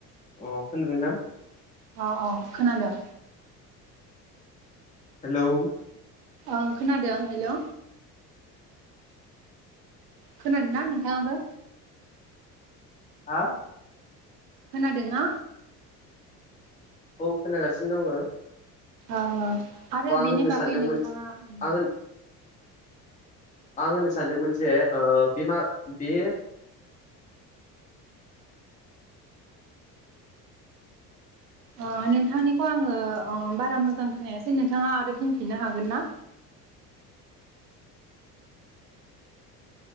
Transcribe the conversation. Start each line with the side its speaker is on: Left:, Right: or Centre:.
Left: अ खोनादोंना?
Right: अ अ खोनादों।
Left: हेलौ।
Right: ओं खोनादों हेल'। खोनादों ना नोंथाङाबो?
Left: आ
Right: खोनादोंना?
Left: औ खोनागासिनो दङो।
Right: ओं ओं आरो बिनि
Left: होननो
Right: बागै
Left: सानदोंमोन
Right: नोंथाङा उम्म
Left: आं होन आं होननो सानदोंमोन जे ओ बेमा बेयो
Right: ओ नोंथांनिखौ आंङो ओ बारा मोजां खोनायासै नोंथाङा आरो बुंफिननो हागोन ना?